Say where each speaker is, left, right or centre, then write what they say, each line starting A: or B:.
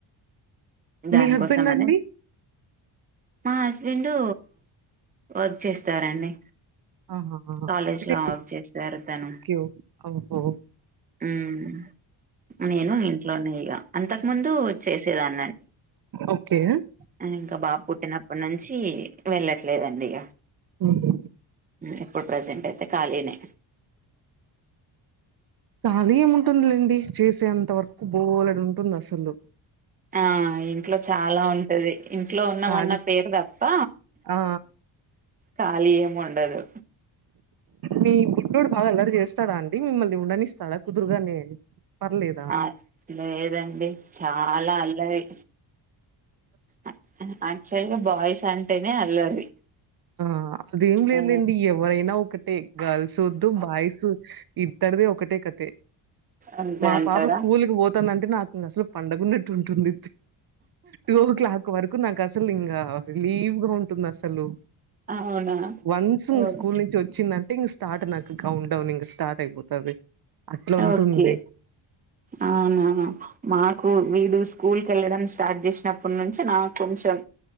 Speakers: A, on the right (about 15°); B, on the right (about 50°).
A: దానికోసం
B: మీ హస్బెండ్
A: అనే
B: అండి?
A: మా హస్బెండు వర్క్ చేస్తారండి
B: ఆహా!
A: కాాలేజ్లా
B: అంటే
A: వర్క్ చేస్తారు తాను
B: ఓకే. ఓహో!
A: ఉహ్ నేను ఇంట్లోనే ఇగ అంతకు ముందు చేసేదాన్ని
B: ఓకే
A: ఉ నేను ఇంక బాబు పుట్టినప్పటి నుంచి వెళ్ళట్లేదండి ఇగ
B: ఉహు
A: ఇప్పుడు ప్రజెంట్ అయితే ఖాళీనే
B: కాళీ ఏముంటుందిలెండి చేసేంత వరకు బోలడు ఉంటుంది అసలు
A: ఆ ఇంట్లో చాలా ఉంటది ఇంట్లో ఉన్నావన్న
B: ఖాళీ
A: పేరు తప్ప
B: ఆ!
A: కాలి ఎముండదు
B: మీ బుడ్డోడు బాగా అల్లరు చేస్తాడా అండి మిమ్మల్ని ఉండనిస్తాడా కుదురుగానే పర్లేదా?
A: ఆ లేదండి చాలా అల్లరీ అ అచ్చల్గా బాయ్స్ అంటేనే అల్లరి
B: ఆ అదేం లేదండి
A: ఆ
B: ఎవరైనా ఒకటే గర్ల్స్ వద్దు బాయ్స్ ఇద్దరిదే ఒకటే కథే
A: అంతే
B: మా
A: అంటారా
B: పాప స్కూల్కి వోత్ దంటే నాకు అసలు పండగున్నట్టు ఉంటుంది టు ఓ క్లాక్ ఒక వరకు నాకు అసలు ఇంగా రిలీవ్ గా ఉంటుంది అసలు
A: అవునా
B: వన్స్
A: ఓహ్!
B: స్కూల్ నుంచి వచ్చిందంటే ఇంగ స్టార్ట్ నాకు కౌంట్ డౌన్ ఇంగ స్టార్ట్ అయిపోతది అట్లుంటుంది
A: ఓకే అవునా మాకు వీడు స్కూల్కేళ్ళడం స్టార్ట్ చేసినప్పటి నుంచి నాకు కొంచెం